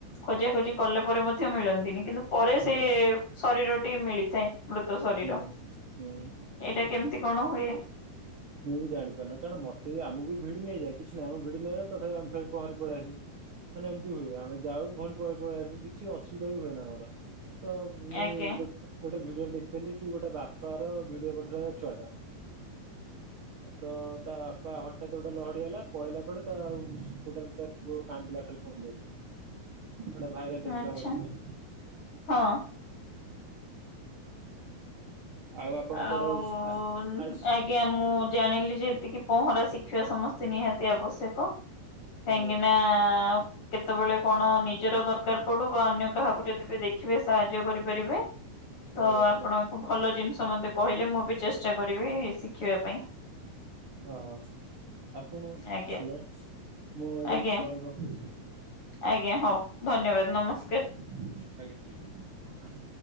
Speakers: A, on the left; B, on the right.
A: ଖୋଜା ଖୋଜି କଲେ ପରେ ମଧ୍ୟ ମିଳନ୍ତିନି କିନ୍ତୁ ପରେ
B: ହଁ
A: ସେ ଶରୀରଟିିକ ମିଳିଥାଏ ମୃତ ଶରୀର
B: ହୁଁ। ହୁଁ
A: ଏଇଟା କେମିତି କଣ ହୁଏ।
B: ମୁଁ ବି ଜାଣିପାରୁି କାରଣ ମତେ ବି ଆମକୁ ବି ଭିଡି ନେଇଯାଏ କିଛି ନୁହ ଭିଡି ନେଇଯାଏ ତଥାପି ଆମେ ପହଁରି ପଳେଇ ଆସିବୁ। ମାନେ ଏମିତି ହୁଏ ଆମେ ଯାଉ ପୁଣି ପହଁରି ପହଁରି ପଳେଇ ଆସୁ କିଛି ଅସୁବିଧା ବି ହୁଏ ନା ଆମର। ତ ମୁଁ
A: ଆଜ୍ଞା
B: ଗୋ ଗୋଟେ ଭିଡିଓ ଦେଖିଥିଲି କି ଗୋଟେ ବାପା ର ଭିଡିଓ କରୁଥିଲା ଛୁଆ ଟା। ତ ତା ବାପା ହଠାତ ଗୋଟେ ଲହଡିଆଇଲା ପଳେଇଲା କୁଆଡେ ତ ଆଉ <unintelligible> ପୁଅ କାନ୍ଦିଲା ଖାଲି ପହ <unintelligible> ଗୋଟେ ଭାଇରଲ ହେଇଥିଲା
A: ଆଚ୍ଛା
B: ମଝିରେ।
A: ହଁ।
B: ଆଉ ଆପଣ
A: ଆଉ,
B: କୁଆଡେ ଆ ଆସ୍
A: ଆଜ୍ଞା ମୁଁ ଜାଣିଲି ଯେ ଏତିକି ପହଁରା ଶିଖିବା ସମସ୍ତେ ନିହାତି ଆବଶ୍ୟକ। କାହିଁକିନା
B: ଆଜ୍ଞା
A: କେତେବେଳେ କଣ ନିଜର ଦରକାର ପଡୁ ବା ଅନ୍ୟ କାହାକୁ ଯଦି ବି ଦେଖିବେ ସାହାଯ୍ୟ କରିପାରିବେ। ତ
B: ଆଜ୍ଞା ଆଜ୍ଞା
A: ଆପଣଙ୍କୁ ଭଲ ଜିନିଷ ମତେ କହିଲେ ମୁଁ ବି ଚେଷ୍ଟା କରିବି ଶିଖିବା ପାଇଁ।
B: ହଁ ଆପଣ
A: ଆଜ୍ଞା।
B: ହ୍ୟାଲୋ ମୁଁ ଏବେ
A: ଆଜ୍ଞା
B: କଲ୍ ରଖୁଛି।
A: ଆଜ୍ଞା ହଉ ଧନ୍ୟବାଦ ନମସ୍କାର।
B: <unintelligible>